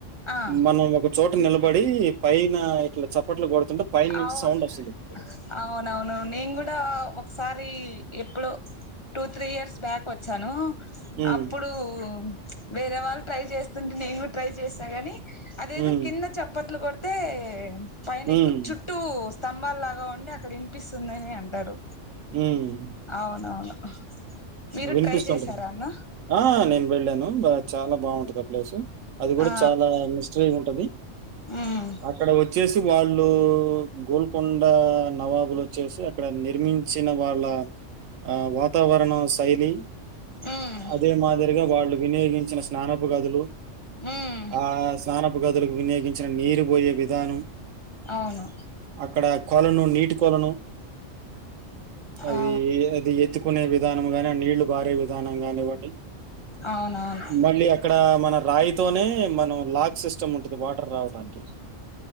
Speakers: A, on the left; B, on the right.
A: ఆ
B: మనం ఒక చోట నిలబడి పైన ఇట్లా చప్పట్లు కొడుతుంటే పైన నుంచి
A: అవును
B: సౌండ్ వస్తుంది
A: అవునవును నేను కూడా ఒకసారి ఎప్పుడు టూ త్రీ ఇయర్స్ బ్యాక్ వచ్చాను
B: ఉమ్,
A: అప్పుడు వేరే వాళ్ళు ట్రై చేస్తుంటే నేను కూడా ట్రై చేసా గానీ అదేదో
B: ఉమ్,
A: కింద చప్పట్లు కొడితే పైన
B: ఉమ్,
A: ఎక్కు చుట్ట చుట్టూ స్తంభాలలాగా ఉండి అక్కడ వినిపిస్తుందిని అంటారు
B: ఉమ్
A: అవునవును మీరు
B: వినిపిస్తుంటది
A: ట్రై చేశారా అన్న
B: ఆ నేను వెళ్ళాను బా చాలా బాగుంటది ఆ ప్లేసు అది కూడా
A: ఆ
B: చాలా మిస్టరీ ఉంటది <inaudible>
A: ఉమ్
B: అక్కడ వచ్చేసి వాళ్ళు గోల్కొండ నవాబులు వచ్చేసి ఇక్కడ నిర్మించిన వాళ్ళ ఆ వాతావరణ ణ శైలి
A: ఉమ్
B: అదే మాదిరిగా వాళ్ళు వినియోగించిన స్నానపు గదులు
A: ఉమ్
B: ఆ స్నానపు గదులకు వినియోగించిన నీరు పోయే విధానం
A: అవును
B: అక్కడ కొలను నీటి కొలను అది
A: ఆ
B: అది ఎత్తు కునే విధానం గాని నీళ్లు బారే విధానం కానివ్వండి
A: అవునవును
B: మళ్ళీ అక్కడ మన రాయితోనే మనం లాక్ సిస్టమ్ ఉంటంది వాటర్ రావడానికి